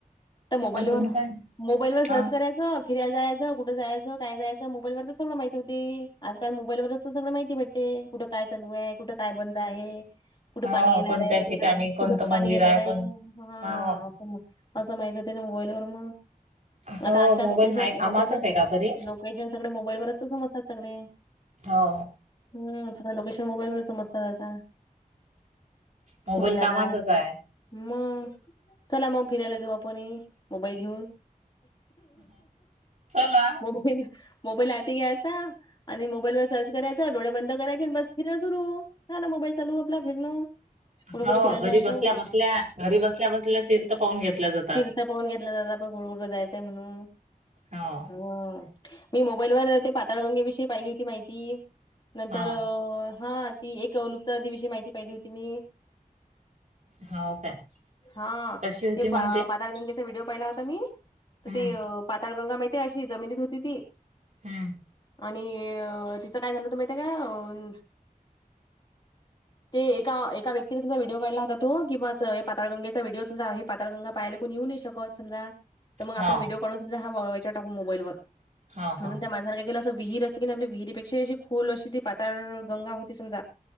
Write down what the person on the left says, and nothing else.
तर मोबाईलवर
मोबाईल वर सर्च
कराय च फिरायला जायचं, कुठं जायचं, काय जायचं मोबाईलवर तर सगळं माहिती होती आजकाल मोबाईलवरच तर सगळं माहिती भेट ते कुठं काय चालू आहे, कुठं काय बंद आहे. कुठं
पाणी येणार
आहे, कुठं
कुठं पाणी
येणार
हा
असं माहित होतं ना मोबाईलवर मग.
आता आजकाल
लोकेशन
लोकेशन
लोकेशन सगळे मोबाईलवरच तर समजतात सगळे.
हम्म सगळे लोकेशन मोबाईल वरच समजतात आता.
कुठे जाणार
मग चला मग फिरायला जाऊ आपणही मोबाईल घेऊन.
मोबाल मोबाईल हाती घ्यायचा आणि मोबाईल वर सर्च करायचं डोळे बंद करायचे बस फिरणं सुरू झाल मोबाईल चालू आपला फिरणं. कुठं कुठं
फिरायला
जायचं
बस
का फोन घेतला जातात आपण पुढं कुठ जायचय म्हणून
अ मी मोबाईलवर ते पाताळगंगेविषयी पाहिली होती माहितीये नंतर
हां ती एक लुप्त देवी ची पाहिली होती मी.
हां
ते
पाताळगंगेचा व्हिडिओ पाहिला होता मी, तर
ते पाताळगंगा माहित तीये अशी जमिनीत होती ती
आणि ती च काय झालं होतं माहितीये काय अ ते एका एका व्यक्तीने सुद्धा व्हिडिओ काढला होता तो किंवा च पातळगंगेचा व्हिडिओ समजा हे पाताळगंगा पहायला कोण येऊ नाही शकत समजा, तर मग
आपण व्हिडिओ काढून समजा हेच्यावर टाकू मोबाईलवर
म्हणून
त्या माणसानं काय केलं अस विहीर असतं की नाही. आपली विहिरीपेक्षा अशी खोल अशी ती पाताळ गंगा होती समजा.